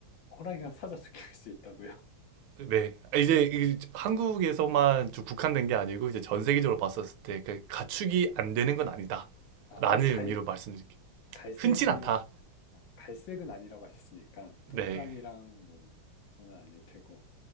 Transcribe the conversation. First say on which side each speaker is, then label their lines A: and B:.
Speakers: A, on the left; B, on the right.
A: 호랑이랑 사자도 <laughs> 키울 수 있다고요? <laughs>
B: 네. 아, 이제 이 한국에서만 좀 국한된 게 아니고 이제 전 세계적으로
A: 네네.
B: 봤었을 때 그 가축이 안 되는 건 아니다라는
A: 아, 근데 갈,
B: 의미로 말씀드릴게요.
A: 갈색이,
B: 흔치 않다.
A: 갈색은 아니라고 하셨으니까, 또
B: 네.
A: 호랑이랑 뭐, 그건 아닐 테고.